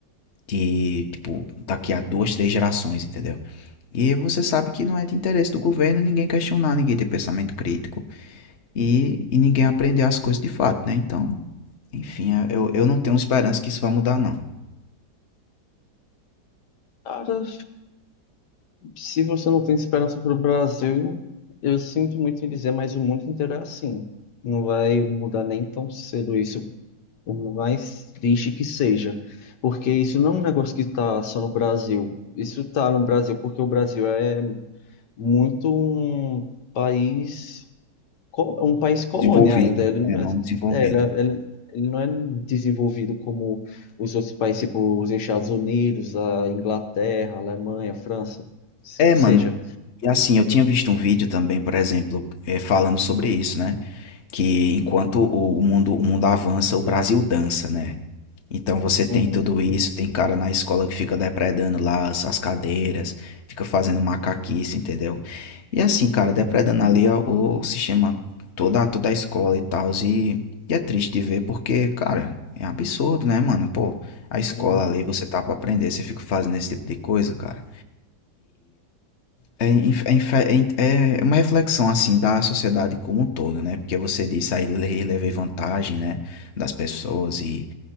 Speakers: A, on the left (about 45°); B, on the left (about 80°).
A: de, tipo, daqui a duas, três gerações, entendeu? E você sabe que não é de interesse do governo ninguém questionar, ninguém ter pensamento crítico e, e ninguém aprender as coisas de fato, né? Então, enfim, eu, eu não tenho esperança que isso vá mudar, não.
B: Cara, se você não tem esperança pro Brasil, eu sinto muito em dizer, mas o mundo inteiro é assim. Não vai mudar nem tão cedo isso, por mais triste que seja. Porque isso não é um negócio que tá só no Brasil. Isso tá no Brasil porque o Brasil é muito um país, co- um país colônia
A: Desenvolvido,
B: ainda. Ele não
A: é, não
B: é,
A: desenvolvido.
B: é, ele, é, ele- ele não é desenvolvido como os outros países, tipo os Estados Unidos, a Inglaterra, a Alemanha, a França, se-
A: É,
B: que
A: mano,
B: seja.
A: E assim, eu tinha visto um vídeo também, por exemplo, eh, falando sobre isso, né? Que enquanto o, o mundo, o mundo avança, o Brasil dança, né? Então você tem
B: Uhum,
A: tudo isso, tem cara na escola que fica depredando lá as, as cadeiras, fica fazendo macaquice, entendeu? E assim, cara, depredando ali a- o sistema, toda, toda a escola e tal, e, e é triste de ver porque, cara, é absurdo, né, mano? Pô, a escola
B: uhum.
A: ali, você tá pra aprender, você fica fazendo esse tipo de coisa, cara. É, inf- é infe- é in- é uma reflexão assim da sociedade como um todo, né? Porque você disse aí le- levei vantagem, né? Das pessoas e